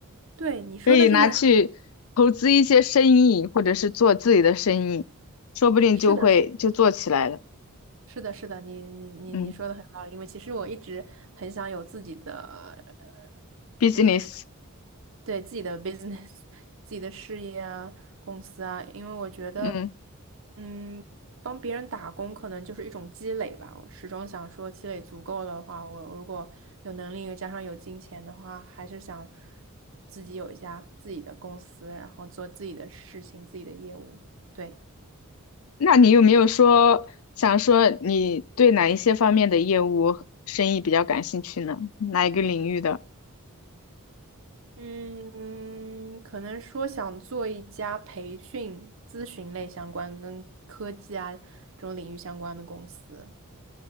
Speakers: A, on the right; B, on the left.
A: 对你说的这个，
B: 可以拿去投资一些生意，或者是做自己的生意，说不定就会就做起来了。
A: 是的，是的，是的，你你你你说的很有道理，
B: 嗯
A: 因为其实我一直很想有自己的，呃，
B: ，business。
A: 就是对自己的 business <laughs>、自己的事业啊、公司啊，因为我觉得，
B: 嗯，
A: 嗯，帮别人打工可能就是一种积累吧。我始终想说，积累足够的话，我如果有能力加上有金钱的话，还是想自己有一家自己的公司，然后做自己的事情、自己的业务。对。
B: 那你有没有说想说你对哪一些方面的业务生意比较感兴趣呢？哪一个领域的？
A: 嗯，可能说想做一家培训咨询类相关、跟科技啊这种领域相关的公司。